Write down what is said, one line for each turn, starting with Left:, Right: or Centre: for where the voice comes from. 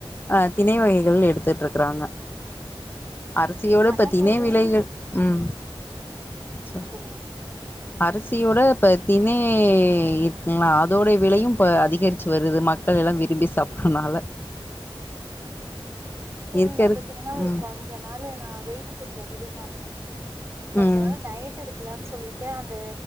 Left: ஆ திணை வகைகள் எடுத்துட்டு இருக்கிறாங்க அரியோட இப்ப
Right: ஆனா
Left: தினை
Right: தோழி
Left: விலைகள் ம்
Right: ஆ சொல்லுங்க
Left: சொல்
Right: சொல்லுங்க
Left: அரிசியோட இப்ப தினை இருக்குங்களா அதோட விலையு இப்ப அதிகரிச்சு வருது மக் மக்கள் எல்லா விரும்பி சாப்பிடுறனால
Right: ஆனா தோழி
Left: இருக்க
Right: நா
Left: இருக்
Right: பாத்தீங்கன்னா ஒரு
Left: ம்
Right: கொ ஞ்ச நாளு நான் வெயிட்டு கொஞ்சோ அதிகமா இருந்தனா கொஞ்ச
Left: ம்
Right: நாள் டயட் டு இருக்கலனு சொல்லிட்டு அந்த